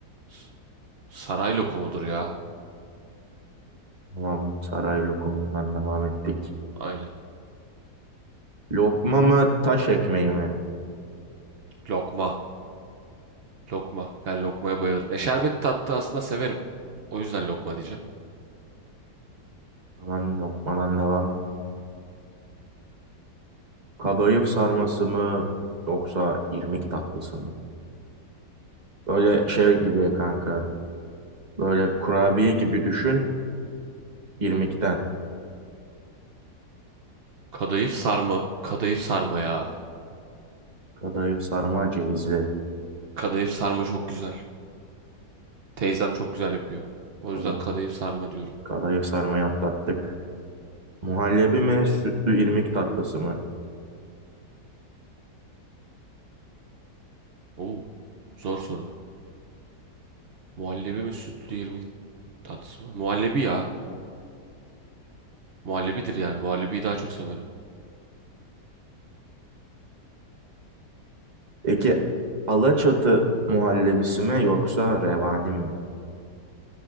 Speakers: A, on the right; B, on the right.
A: s- saray lokumudur ya.
B: Tamam, saray lokumundan devam ettik.
A: Aynen.
B: Lokma mı, taş ekmeği mi?
A: Lokma. Lokma. Yani lokmaya bayılırım. E şerbet tatlı aslında severim. O yüzden lokma diyeceğim.
B: O zaman lokmadan devam. Kadayıf sarması mı, yoksa irmik tatlısı mı? Böyle şey gibi kanka, böyle kurabiye gibi düşün, İrmikten.
A: Kadayıf sarma. Kadayıf sarma ya.
B: Kadayıf sarma cevizli.
A: Kadayıf sarma çok güzel. Teyzem çok güzel yapıyor. O yüzden
B: Kadayıf,
A: kadayıf sarma diyorum.
B: kadayıf sarmayı atlattık. Muhallebi mi, sütlü irmik tatlısı mı?
A: Oo, zor soru. Muhallebi mi sütlü irmik tatlısı mı? Muhallebi ya. Muhallebidir yani. Muhallebiyi daha çok severim.
B: Peki Alaçatı muhallebisi mi yoksa revani mi?